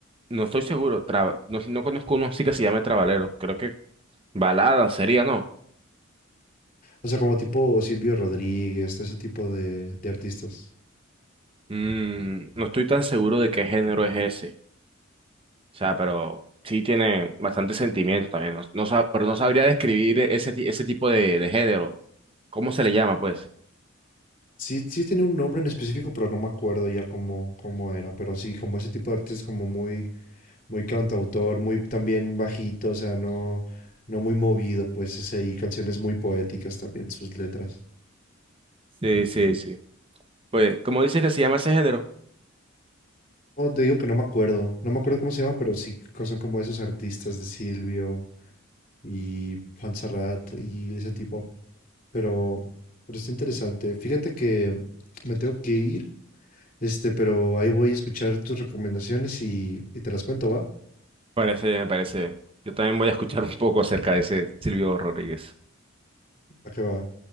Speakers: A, on the right (about 25°); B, on the left (about 40°).
A: no estoy seguro, traba- no, no conozco uno así que se llame Trabalero, creo que balada sería, ¿no?
B: O sea, como tipo Silvio Rodríguez, todo ese tipo de, de artistas.
A: Mm, no estoy tan seguro de qué género es ese, o sea, pero sí tiene bastante sentimiento también, no, no sab- pero no sabría describir e, ese, ti- ese tipo de, de género, ¿cómo se le llama pues?
B: Sí, sí tiene un nombre en específico, pero no me acuerdo ya cómo, cómo era. Pero sí, como ese tipo de artistas como muy muy cantautor, muy también bajito, o sea, no, no muy movido, pues, ese, y canciones muy poéticas también, sus letras.
A: Sí, sí, sí. Pues, ¿cómo dices que se llama ese género?
B: No, te digo que no me acuerdo, no me acuerdo cómo se llama, pero sí co- son como esos artistas de Silvio y Serrat y ese tipo, pero, pero está interesante. Fíjate que me tengo que ir, este, pero ahí voy a escuchar tus recomendaciones y, y te las cuento, ¿va?
A: Parece bien, me parece bien. Yo también voy a escuchar un poco acerca de ese Silvio Rodríguez.
B: ¿A qué va?